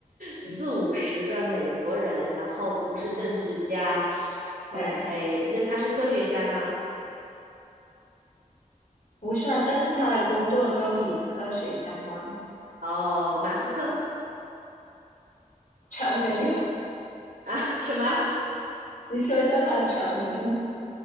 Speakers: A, on the right (about 85°); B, on the left (about 70°).
A: 四五十的美国人，
B: 嗯
A: 然后不是政治家
B: 嗯，对，
A: ，OK。那他是科学家吗？
B: 不算，但是他的工作都与科学相关。
A: 哦，马斯克
B: 全名，
A: 啊，什么？
B: <laughs> 你说一下他的全名。